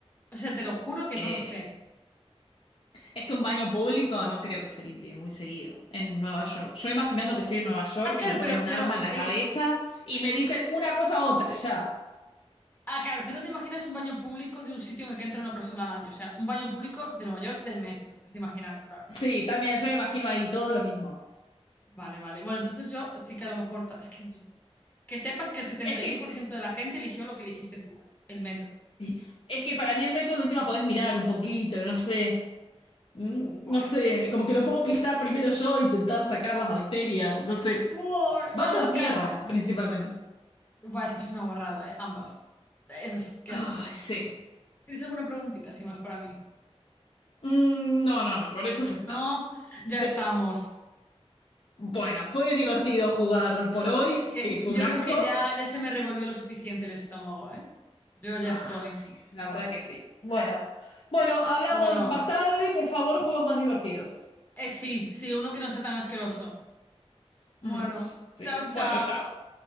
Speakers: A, on the left; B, on the left.
A: O sea, te lo juro que
B: Eh,
A: no lo sé.
B: es que un baño público no creo que se limpie muy seguido en Nueva York. Yo imaginando que estoy en Nueva York
A: Ah, claro,
B: y me ponen
A: pero,
B: un
A: pero
B: arma en la
A: el.
B: cabeza y me dicen una cosa a otra ya.
A: Ah, claro, tú no te imaginas un baño público de un sitio en el que entra una persona al año. O sea, un baño público de Nueva York del metro, te estás imaginando, claro.
B: Sí, también yo me imagino ahí todo lo mismo.
A: Vale, vale. Bueno, entonces yo sí que a lo mejor. ta- Es que, yo- que sepas que el setenta
B: Es que
A: y
B: es,
A: uno por ciento de la gente eligió lo que eligiste tú, ¿eh? El metro.
B: es que para mí el metro de última podés mirar un poquito, no sé. Mm,
A: Buah.
B: No sé, como que lo puedo pisar primero yo e intentar sacar las bacterias, no sé.
A: Buah.
B: Va
A: O-
B: a ser
A: o,
B: tierra,
A: claro.
B: principalmente.
A: Buah, es que es una guarrada, ¿eh? Ambas. Eh, qué
B: Ay,
A: asco.
B: sí.
A: ¿Tienes alguna preguntita así más para mí?
B: Mm, no, no, no, con eso se está.
A: No, ya
B: Pe-
A: estamos.
B: bueno, fue divertido jugar por hoy,
A: Es que
B: que fue
A: yo
B: un asco.
A: creo que ya, ya se me revolvió lo suficiente el estómago, ¿eh? Yo ya
B: Ah,
A: estoy.
B: sí, la verdad que sí. Bueno, bueno, hablamos
A: Jo, Bueno,
B: más tarde, por favor, juegos más divertidos.
A: eh, sí, sí, uno que no sea tan asqueroso. Bueno,
B: Mm, sí,
A: chao, chao.
B: bueno, chao.